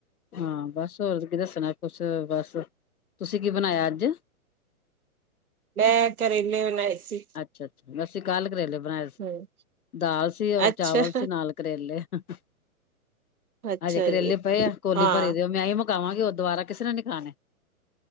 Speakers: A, on the left; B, on the right.
A: ਹਾਂ ਬਸ ਹੋਰ ਕੀ ਦੱਸਣਾ ਕੁਛ ਬਸ ਤੁਸੀਂ ਕੀ ਬਣਾਇਆ ਅੱਜ
B: ਮੈਂ ਕਰੇਲੇ ਬਣਾਏ ਸੀ
A: ਅੱਛਾ ਅਸੀਂ ਕੱਲ ਕਰੇਲੇ ਬਣਾਏ
B: ਹਮ
A: ਦਾਲ ਸੀ ਔਰ
B: ਅੱਛਾ
A: ਚਾਵਲ ਸੀ ਨਾਲ ਕਰੇਲੇ <unintelligible>
B: ਅੱਛਾ
A: ਹਜੇ ਕਰੇਲੇ
B: ਜੀ
A: ਪਏ ਆ ਕੋਲੀ
B: ਹਾਂ
A: ਭਰੇ ਦਿਓ ਮੈਂਈ ਖਾਵਾਂਗੇ ਉਹ ਦੁਬਾਰਾ ਕਿਸੇ ਨੇ ਨੀ ਖਾਣੇ